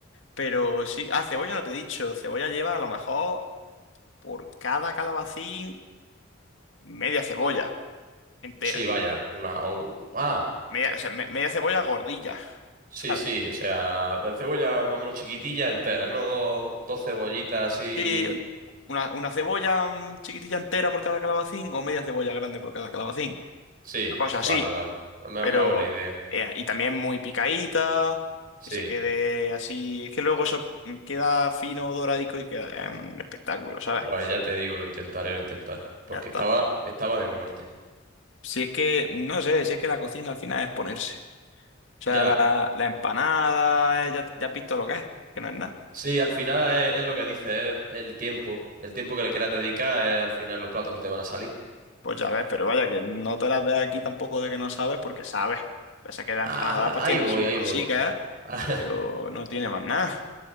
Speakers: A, on the left; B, on the right.
A: pero sí. Ah, cebolla no te he dicho. Cebolla lleva a lo mejor por cada calabacín media cebolla entera.
B: sí, vaya. Una. o- Ah,
A: Media, o sea, me- media cebolla gordilla,
B: sí,
A: ¿sabes?
B: sí. O sea, cebolla más o menos chiquitilla entera, ¿no? Dos, dos cebollitas así.
A: Sí, una, una cebolla mm, chiquitilla entera por cada calabacín o media cebolla grande por cada calabacín.
B: Sí,
A: Una cosa
B: vale,
A: así.
B: vale. me
A: pero
B: me hago la idea.
A: eh, y también muy picadita,
B: Sí.
A: que se quede así, es que luego eso queda fino, doradico y queda eh, un espectáculo, ¿sabes?
B: Pues ya te digo, lo intentaré, lo intentaré. Porque
A: Ya está.
B: estaba, estaba de muerte.
A: Si es que, no sé, si es que la cocina al final es ponerse. O sea,
B: Ya.
A: la, la empanada, eh, ya, ya has visto lo que es, que no es nada.
B: Sí, al final es, es lo que dice, es el tiempo. El tiempo que le quieras dedicar es al final los platos que te van a salir.
A: Pues ya ves, pero vaya que no te las ves aquí tampoco de que no sabes, porque sabes. Pese a que la
B: Ah,
A: empanada pues tiene
B: ahí voy,
A: sus
B: ahí
A: cositas,
B: voy. <laughs>
A: pero no tiene más nada.